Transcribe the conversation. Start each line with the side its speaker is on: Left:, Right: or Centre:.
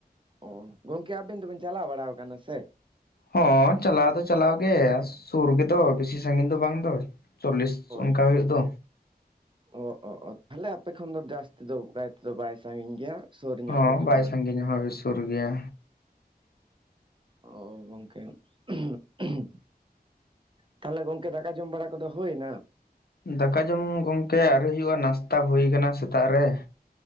Right: ᱚ ᱜᱚᱝᱠᱮ ᱟᱵᱮᱱ ᱫᱚᱵᱮᱱ ᱪᱟᱞᱟᱣ ᱵᱟᱲᱟᱣ ᱠᱟᱱᱟ ᱥᱮ?
Left: ᱦᱚᱸ ᱪᱟᱞᱟᱣ ᱫᱚ ᱪᱟᱞᱟᱣ ᱜᱮ ᱥᱩᱨ ᱜᱮᱫᱚ ᱵᱮᱥᱤ ᱥᱟᱺᱜᱤᱧ ᱫᱚ ᱵᱟᱝ ᱫᱚ ᱪᱚᱞᱞᱤᱥ
Right: ᱦᱳᱭ
Left: ᱚᱱᱠᱟ
Right: ᱦᱳᱭ᱾
Left: ᱦᱩᱭᱩᱜ ᱫᱚ᱾
Right: ᱚ ᱚ ᱛᱟᱦᱚᱞᱮ ᱟᱯᱮ ᱠᱷᱚᱱ ᱫᱚ ᱡᱟᱹᱥᱛᱤ ᱫᱚ ᱡᱟᱹᱥᱛᱤ ᱫᱚ ᱵᱟᱭ ᱥᱟᱺᱜᱤᱧ ᱜᱮᱭᱟ᱾ ᱥᱩᱨ ᱧᱚᱜ
Left: ᱦᱚᱸ
Right: ᱨᱮᱜᱮ
Left: ᱵᱟᱭ
Right: ᱠᱟᱱᱟ᱾
Left: ᱥᱟᱺᱜᱤᱧᱟ ᱦᱚᱸ ᱥᱩᱨ ᱜᱮᱭᱟ᱾
Right: ᱚ ᱜᱚᱝᱠᱮ ᱩᱸᱦᱩᱜ ᱩᱸᱦᱩᱜ᱾ ᱛᱟᱦᱚᱞᱮ ᱜᱚᱝᱠᱮ ᱫᱟᱠᱟ ᱡᱚᱢ ᱵᱟᱲᱟ ᱠᱚᱫᱚ ᱦᱩᱭᱱᱟ᱾
Left: ᱫᱟᱠᱟ ᱡᱚᱢ ᱜᱚᱢᱠᱮ ᱟᱹᱣᱨᱤ ᱦᱩᱭᱩᱜᱼᱟ ᱱᱟᱥᱛᱟ ᱦᱳᱭ ᱟᱠᱟᱱᱟ ᱥᱮᱛᱟᱜ ᱨᱮ᱾